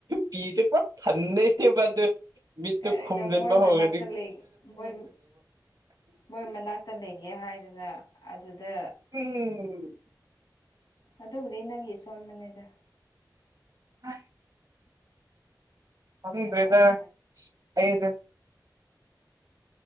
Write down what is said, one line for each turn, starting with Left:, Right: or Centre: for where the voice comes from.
Right: ꯄꯤꯁꯦ ꯄ ꯊꯟꯗꯦꯕꯗ ꯃꯤꯠꯇꯨ
Left: ꯀꯔꯤꯅꯣ
Right: ꯈꯨꯝꯖꯤꯟꯕ
Left: ꯃꯣꯏ ꯃꯅꯥꯛꯇ
Right: ꯍꯧꯒꯔꯗꯤ꯫
Left: ꯂꯩ ꯃꯣꯏ ꯃꯣꯏ ꯃꯅꯥꯛꯇ ꯂꯩꯒꯦ ꯍꯥꯏꯗꯅ ꯑꯗꯨꯗ
Right: ꯎꯝꯝ
Left: ꯑꯗꯨꯕꯨꯗꯤ ꯅꯪꯒꯤ ꯏꯁꯣꯟꯕꯅꯦꯗꯥ
Right: <unintelligible> ꯍꯗ꯭ꯔꯗ
Left: ꯀꯅꯥꯅ
Right: ꯑꯩꯁ